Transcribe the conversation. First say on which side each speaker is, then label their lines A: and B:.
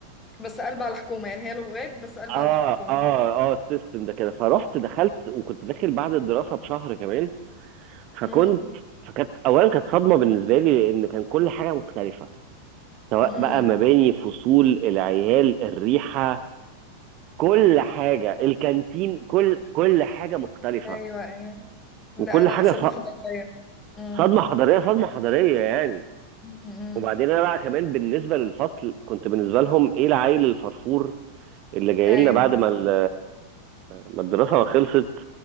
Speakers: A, on the left; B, on the right.
A: بس قلب على حكومة يعني هي لغات بس قلب
B: اه
A: على حكومة
B: اه اه السيستم ده كده فرحت دخلت وكنت داخل بعد الدراسة بشهر كمان فكنت
A: مم.
B: فكانت اولا كانت صدمة بالنسبة لي لان كان كل حاجة مختلفة سواء
A: مم.
B: بقى مباني فصول العيال الريحة كل حاجة الكانتين كل كل حاجة مختلفة
A: ايوه ايوه ده
B: وكل
A: لا
B: حاجة
A: صدمة
B: ص-
A: حضارية مم.
B: صدمة حضارية صدمة حضارية يعني
A: مم.
B: وبعدين انا بقى كمان بالنسبه للفصل كنت بالنسبه لهم ايه العيل الفرفور اللي جاي
A: ايوه
B: لنا بعد ما ال- ما الدراسه ما خلصت